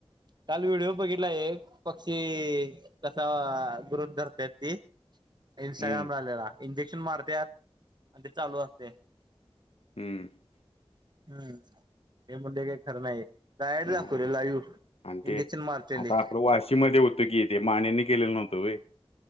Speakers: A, on the right; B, on the left.
A: काल व्हिडिओ बघितला एक पक्षी कसा ग्रुप <unintelligible> धरत्यात ते इंस्टाग्रामला
B: हम्म
A: आलेला इंजेक्शन मारत्यात आणि ते चालू असतयं
B: हूं <unintelligible>
A: हूं हे म्हणलं हे काय खरं नाही हे डायरेक्ट दाखवले
B: नाही
A: लाईव्ह
B: आणि ते
A: इंजेक्शन मारतेले
B: आता आपलं वाशीमध्ये होतो की ते मानेनी केलेलं नव्हतं होय